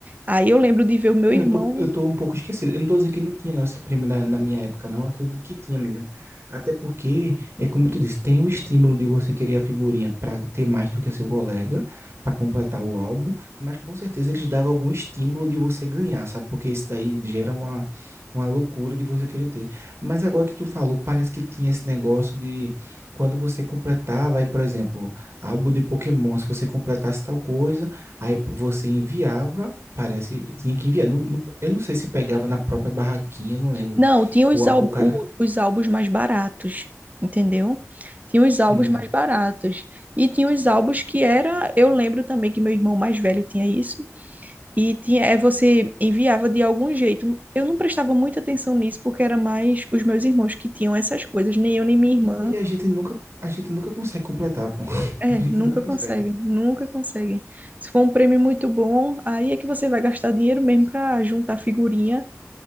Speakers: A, on the right; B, on the right.
A: Aí eu lembro de ver o meu
B: É,
A: irmão.
B: Eu tô, eu tô um pouco esquecido. Eu não tô dizendo que não tinha não, esse prêmio na, na minha época, não. Eu Acredito que tinha mesmo. Até porque, é como tu disse, tem o estímulo de você querer a figurinha para ter mais do que seu colega, para completar o álbum, mas com certeza eles davam algum estímulo de você ganhar, sabe? Porque isso daí gera uma, uma loucura de você querer ter. Mas agora que tu falou, parece que tinha esse negócio de quando você completava, aí, por exemplo, álbum de Pokémon, se você completasse tal coisa, aí você enviava. Parece, tinha que enviar. Não, não- eu não sei se pegava na própria barraquinha, não lembro.
A: Não, tinha os,
B: O,
A: ál-
B: o cara.
A: o- os álbuns mais baratos, entendeu? Tinha os álbuns
B: Hum.
A: mais baratos. E tinha os álbuns que era. Eu lembro também que meu irmão mais velho tinha isso, E tinha, é, você enviava de algum jeito. Eu não prestava muita atenção nisso, porque era mais os meus irmãos que tinham essas coisas, nem eu nem minha irmã.
B: Não, e a gente nunca, a gente nunca consegue completar, pô. <laughs>
A: É,
B: A gente
A: nunca
B: nunca consegue.
A: conseguem, nunca conseguem. Se for um prêmio muito bom, aí é que você vai gastar dinheiro mesmo para juntar figurinha